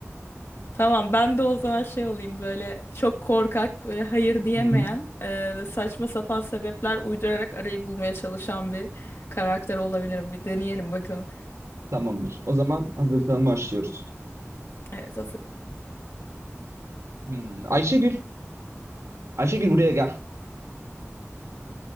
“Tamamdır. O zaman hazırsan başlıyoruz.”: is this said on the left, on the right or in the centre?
Right